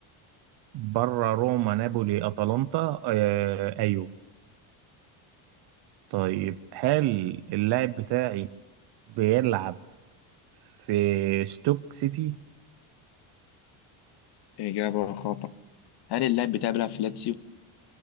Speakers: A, on the right; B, on the left.
A: بره روما نابولي أتلانتا آه ايوه طيب هل اللاعب بتاعي بيلعب في ستوك سيتي
B: إجابة خاطئة هل اللاعب بتاعي بيلعب في لاتسيو